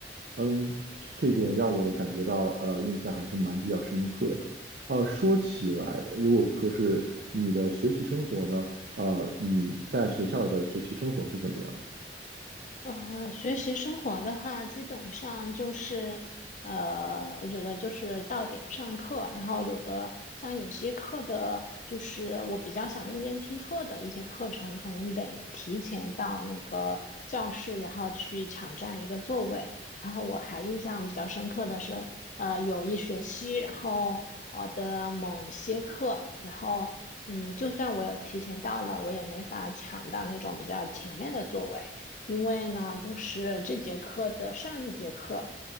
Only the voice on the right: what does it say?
嗯，这一点让我感觉到呃印象还是蛮比较深刻的。呃，说起来，如果说是你的学习生活呢，呃，你在学校的学习生活是怎么样的？